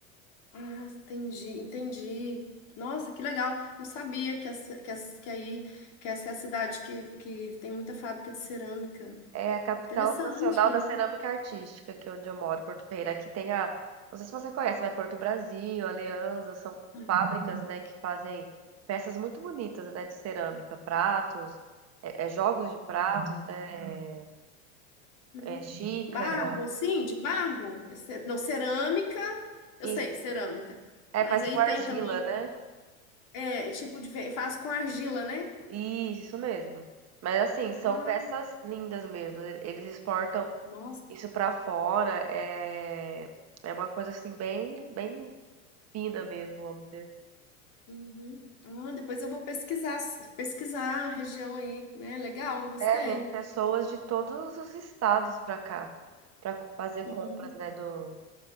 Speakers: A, on the left (about 50°); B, on the right (about 40°).
A: Ah, entendi, entendi. Nossa, que legal. Não sabia que, essa, que, essa- que aí que essa é a cidade que, que tem muita fábrica de cerâmica.
B: É a capital
A: Interessante,
B: nacional da
A: né?
B: cerâmica artística, que é onde eu moro, Porto Ferreira. Aqui tem a, não sei se você conhece, mas Porto Brasil, Aliança, são
A: É.
B: fábricas, né, que fazem peças muito bonitas, né, de cerâmica, pratos, é, é jogos de pratos, né,
A: Uhum.
B: é xícara,
A: Barro, assim, de barro? É ce- Não, cerâmica, eu
B: e
A: sei, cerâmica.
B: é,
A: Mas
B: faz
A: aí
B: com argila,
A: tem também,
B: né?
A: é, tipo de... ve- Faz com argila, né?
B: Isso, isso mesmo. Mas assim,
A: Ah,
B: são peças lindas mesmo. e- Eles exportam
A: nossa.
B: isso pra fora. É, é uma coisa assim bem, bem fina mesmo, vamos dizer assim.
A: Uhum. Ah, depois eu vou pesquisar, pesquisar a região aí, né? Legal, gostei.
B: É, vem pessoas de todos os estados pra cá, pra co- fazer
A: Uhum,
B: compras, né, do,